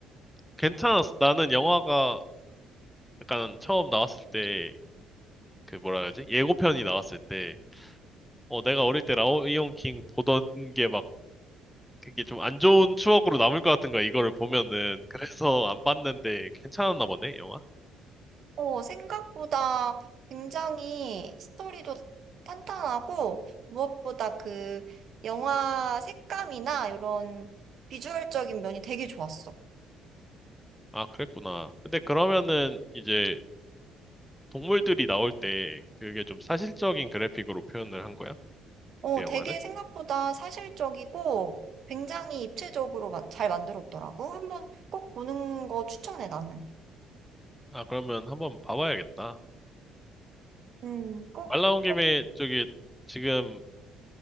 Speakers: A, in the centre; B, on the right (about 55°).
A: 괜찮았어. 나는 영화가 약간 처음 나왔을 때, 그 뭐라 그러지? 예고편이 나왔을 때, 어, 내가 어릴 때 라이온 킹 보던 게 막, 그게 좀 안 좋은 추억으로 남을 것 같은 거야, 이거를 보면은. 그래서 안 봤는데, 괜찮았나 보네, 영화?
B: <laughs> 어, 생각보다 굉장히 스토리도 탄탄하고, 무엇보다 그 영화 색감이나 이런 비주얼적인 면이 되게 좋았어.
A: 아, 그랬구나. 근데 그러면은, 이제, 동물들이 나올 때, 그게 좀 사실적인 그래픽으로 표현을 한 거야?
B: 어,
A: 그 영화는?
B: 되게 생각보다 사실적이고 굉장히 입체적으로 마- 잘 만들었더라고. 한번 꼭 보는 거 추천해, 나는.
A: 아, 그러면 한번 봐봐야겠다.
B: 음, 꼭,
A: 말 나온
B: 꼭,
A: 김에, 저기, 지금,